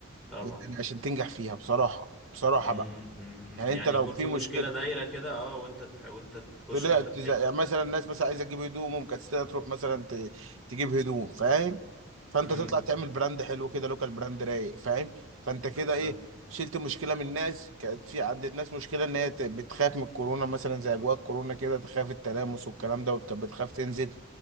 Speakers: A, in the centre; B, on the right.
A: طبعا
B: يعني عشان تنجح فيها بصراحه بصراحه
A: امم
B: بقى
A: امم
B: يعني
A: يعني
B: انت لو
A: يكون
B: في
A: في مشكلة
B: مشكله
A: دايرة كده اه وانت تح... وانت تخش
B: طلعت
A: انت تحل
B: زي يعني مثلا الناس مثلا عايزه تجيب هدوم ومكسله تروح مثلا ت- تجيب هدوم فاهم فانت
A: امم
B: تطلع تعمل براند حلو كده لوكال براند رايق فاهم فانت كده
A: بالظبط
B: ايه شلت مشكله من الناس كانت في عند الناس مشكله ان هي ت- بتخاف من الكورونا مثلا زي اجواء الكورونا كده تخاف التلامس والكلام ده وكانت بتخاف تنزل